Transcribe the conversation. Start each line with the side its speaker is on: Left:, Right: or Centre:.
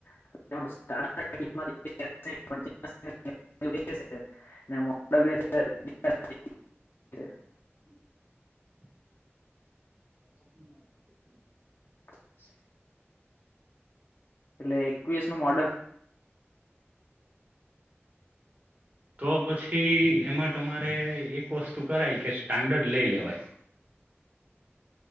Left: છે. <unintelligible> મોલ <unintelligible>
Right: <unintelligible> પટ <unintelligible>
Left: <unintelligible> એટલે એકવીસ નું મોડલ છે.
Right: તો પછી એમાં તમારે એક વસ્તુ. કરાય કે સ્ટાન્ડર્ડ લઈ લેવાય.